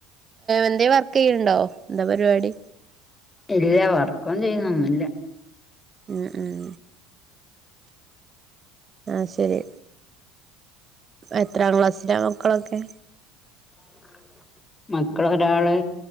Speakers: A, on the right; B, on the left.
A: എന്താ വർക്ക്യ്യണ്ടോ എന്താ പരിപാടി
B: ഇല്ല വർക്കും ചെയ്യുന്നൊന്നുല്ല
A: ഉം ഉം ആയ്ശരി എത്രാം ക്ലാസ്സില മക്കളൊക്കെ
B: <inaudible> മക്കളൊരാള്